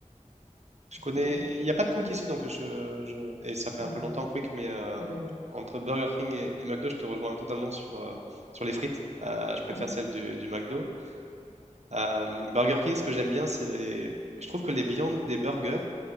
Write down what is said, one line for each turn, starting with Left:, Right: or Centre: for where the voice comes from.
Left: si
Right: Je connais.
Left: tu connais.
Right: Il n'y a pas de Quick ici, donc je, je... Et ça fait
Left: Ouais,
Right: un peu
Left: ouais.
Right: longtemps Quick, mais euh,
Left: Oui,
Right: entre Burger King et, et McDo, je te rejoins totalement sur, euh, sur les frites. Euh, je préfère
Left: ouais.
Right: celle du, du McDo. Euh, Burger King, ce que j'aime bien, c'est les. Je trouve que les viandes des burgers,